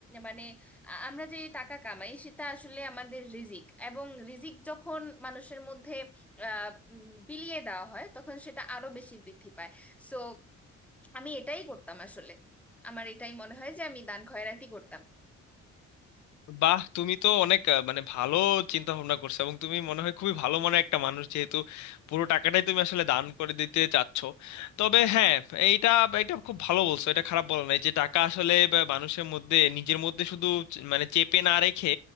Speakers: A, in the centre; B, on the left.
A: মানে আ- আমরা যে টাকা কামাই সেটা আসলে আমাদের রিজিক এবং রিজিক যখন মানুষের মধ্যে আহ, উম, বিলিয়ে দেওয়া হয় তখন সেটা আরো বেশি বৃদ্ধি পায় সো আমি এটাই করতাম আসলে আমার এটাই মনে হয় যে আমি দান খয়রাতি করতাম
B: বাহ তুমি তো অনেক আহ, মানে ভালো চিন্তা ভাবনা করছো এবং তুমি মনে হয় খুবই ভালো মনের একটা মানুষ যেহেতু পুরো টাকাটাই তুমি আসলে দান করে দিতে চাচ্ছ তবে হ্যাঁ এইটা এটা খুব ভালো বলছো এটা খারাপ বলা নাই যে টাকা আসলে বা মানুষের মধ্যে নিজের মধ্যে শুধু চ- মানে চেপে না রেখে